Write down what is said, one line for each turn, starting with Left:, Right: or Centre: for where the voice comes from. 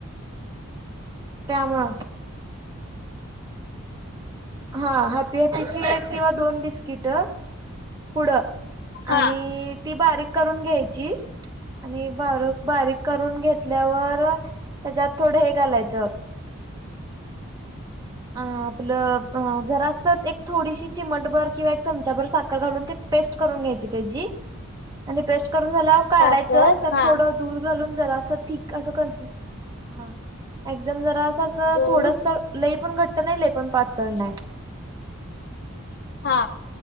Right: त्यामुळं हा हॅपी हॅपीची एक किंवा दोन बिस्किटं पुडं
Left: हा
Right: आनी ती बारीक करून घ्यायची. आनी बारुक बारीक करून घेत्ल्यावर त्याच्यात थोडं हे घालायचं. अ आपलं अ जरासं एक थोडीशी चिमट भर किंवा एक चमचाभर साखर घालून ते पेस्ट करून घ्यायची त्याची आनी पेस्ट करून झाल्याव
Left: साखर
Right: काढायचं त्यात
Left: हा
Right: थोडं दूध घालून जरासं ती कासं कन्सीस हा एक्झम जरा तसं
Left: दूध
Right: थोडस लई पन घट्ट नाई लई पन पातळ नाई.
Left: हा.